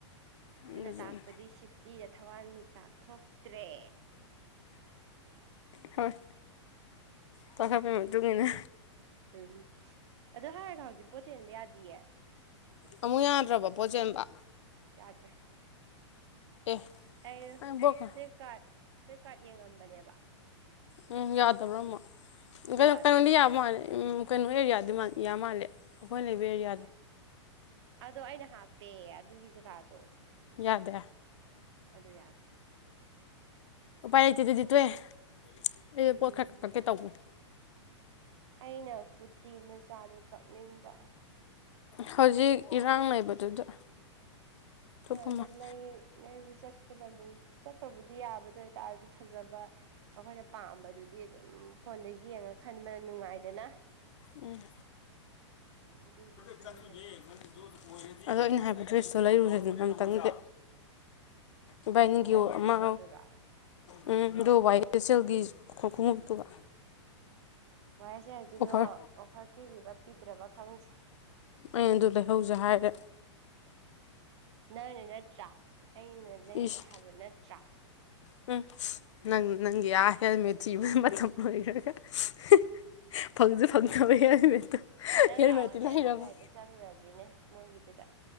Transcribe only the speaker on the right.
ꯑꯗꯨꯅ
ꯇꯥꯛꯄꯗꯤ ꯁꯤꯇꯤꯗ ꯊꯋꯥꯟꯃꯤꯆꯥꯛ ꯊꯣꯛ ꯇ꯭ꯔꯦ
ꯎꯝ ꯑꯗꯨ ꯍꯥꯏꯔꯒ ꯍꯧꯖꯤꯛ ꯄꯣꯠ ꯆꯦꯟꯕ ꯌꯥꯗꯤꯌꯦ
ꯌꯥꯗ꯭ꯔꯦ
ꯑꯩꯗꯨ
ꯐ꯭ꯂꯤꯞꯀꯥꯔꯠ ꯐ꯭ꯂꯤꯞꯀꯥꯔꯠ ꯌꯦꯡꯉꯝꯕꯅꯦꯕ
ꯌꯥꯗ꯭ꯔꯦ
ꯀꯥꯏꯗ ꯑꯗꯣ ꯑꯩꯅ ꯍꯥꯞꯄꯦ ꯑꯗꯨꯒꯤ ꯖꯒꯥꯗꯣ
ꯑꯗꯨ ꯌꯥꯗꯦ
ꯎꯝ
ꯑꯩꯅ ꯀꯨꯔꯇꯤ ꯃꯆꯥꯗ‌ꯣ ꯀꯛꯅꯤꯡꯕ
ꯍꯣꯏ ꯑꯗ
ꯂꯩ ꯂꯩꯕ ꯆꯠꯄꯗꯕ ꯆꯠꯄꯕꯨꯗꯤ ꯌꯥꯕ ꯑꯗꯨ ꯑꯣꯏꯇꯥꯔꯁꯨ ꯐꯖꯕ ꯑꯩꯈꯣꯏꯅ ꯄꯥꯝꯕꯗꯨꯗꯤ ꯑꯗꯨꯝ ꯐꯣꯟꯗ ꯌꯦꯡꯉ ꯈꯟꯕꯅ ꯅꯨꯡꯉꯥꯏꯗꯅ
ꯑꯗꯨꯒꯤ ꯈꯟꯕꯅꯤ
ꯀꯔꯝꯕ
ꯅꯪꯒꯤ
ꯁꯨꯠꯇꯨꯔꯣ
ꯋꯥꯏ ꯑꯦꯁ ꯑꯦꯜꯒꯤꯗꯣ
ꯑꯣꯐꯔ ꯄꯤꯔꯤꯕ ꯄꯤꯗ꯭ꯔꯕ ꯈꯪꯗꯦ
ꯅꯪꯅ ꯅꯠꯇ꯭ꯔꯥ ꯑꯩꯅ ꯂꯩꯔꯨꯁꯦ
ꯍꯥꯏꯕ ꯅꯠꯇ꯭ꯔꯥ
ꯅꯪ
ꯂꯥꯛꯑꯣꯅꯦ
ꯑꯗꯨꯒ ꯍꯦꯛꯇ ꯆꯠꯂꯨꯔꯁꯤꯅꯦ ꯃꯣꯏꯒꯤꯗꯨꯗ